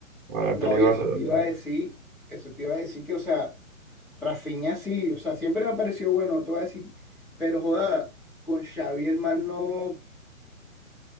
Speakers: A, on the right; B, in the centre.
A: Ojalá
B: No,
A: pelee
B: y
A: el Balón
B: eso te iba
A: de Oro.
B: a decir, eso te iba a decir que, o sea, Rafinha sí, o sea, siempre me pareció bueno, te voy a decir, pero joda, con Xavi el man no,